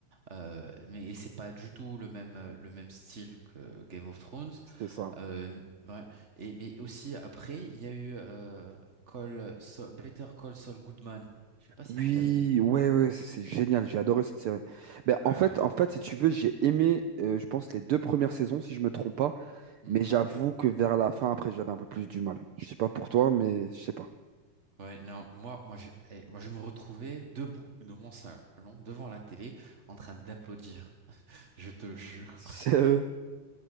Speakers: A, on the right; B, on the right.
A: Euh, mais et c'est pas du tout le même le même style que Game of Thrones.
B: C'est ça.
A: Euh, ouais. Et, mais aussi, après, il y a eu euh, Call Saul- Better Call Saul Goodman. Je sais pas si
B: Oui,
A: tu l'as vu.
B: ouais, ouais, c'est c'est génial, j'ai adoré cette série. Ben,
A: Alors,
B: en fait, en fait, si tu veux, j'ai aimé, euh, je pense, les deux premières saisons, si je me trompe pas.
A: mhm.
B: Mais j'avoue que vers la fin, après, j'avais un peu plus du mal. Je sais pas pour toi, mais je sais pas.
A: Ouais, non, moi, moi, je, eh, moi, je me retrouvais debout dans mon salon, devant la télé, en train d'applaudir. Je te jure.
B: Sérieux?